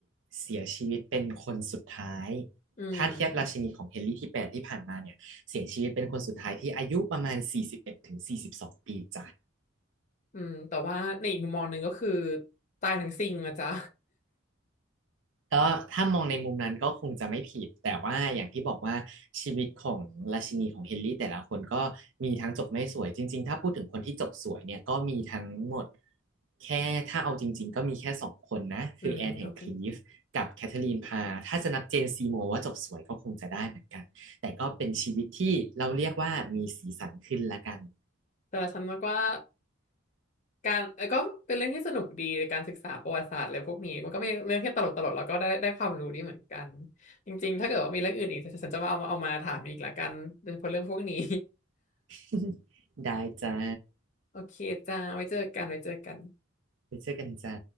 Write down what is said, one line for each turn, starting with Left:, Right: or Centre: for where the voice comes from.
Right: เสียชีวิตเป็นคนสุดท้าย
Left: อืม
Right: ถ้าเทียบราชินีของเฮนรี่ที่แปดที่ผ่านมาเนี่ยเสียชีวิตเป็นคนสุดท้ายที่อายุประมาณสี่สิบเอ็ดถึงสี่สิบสองปีจ้ะ
Left: อืมแต่ว่าในอีกมุมมองหนึ่งก็คือตายทั้งซิ่งนะจ๊ะ
Right: ก็ถ้ามองในมุมนั้นก็คงจะไม่ผิดแต่ว่าอย่างที่บอกว่าชีวิตของราชินีของเฮนรี่แต่ละคนก็มีทั้งจบไม่สวยจริงๆถ้าพูดถึงคนที่จบสวยเนี่ยก็มีทั้งหมดแค่ถ้าเอาจริงๆก็มีแค่สองคนนะคือแอนแห่งคลีฟกับแคทเธอรีนพาร์ถ้าจะนับเจนซีโมว์ว่าจบสวยก็คงจะได้เหมือนกันแต่ก็เป็นชีวิตที่เราเรียกว่ามีสีสันขึ้นละกัน
Left: <laughs> อืมก็คือแต่ละฉันว่าการเออก็เป็นเรื่องที่สนุกดีในการศึกษาประวัติศาสตร์อะไรพวกนี้มันก็มีเรื่องที่ตลกตลกแล้วก็ได้ได้ความรู้ดีเหมือนกันจริงๆถ้าเกิดว่ามีเรื่องอื่นอีกฉันจะมาเอามาเอามาถามอีกละกันโดยเฉพาะเรื่องพวกนี้
Right: <laughs> ได้จ้า
Left: <laughs> โอเคจ้าไว้เจอกันไว้เจอกัน
Right: ไปเจอกันจ้า